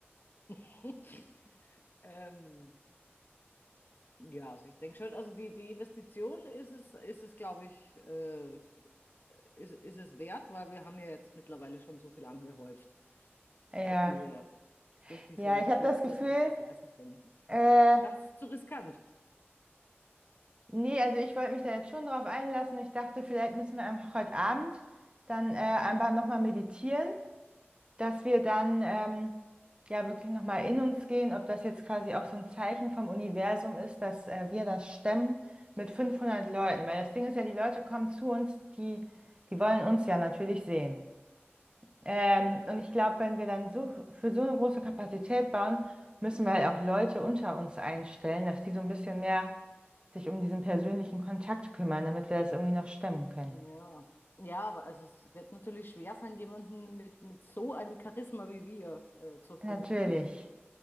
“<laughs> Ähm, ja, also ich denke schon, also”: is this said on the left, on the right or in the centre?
Left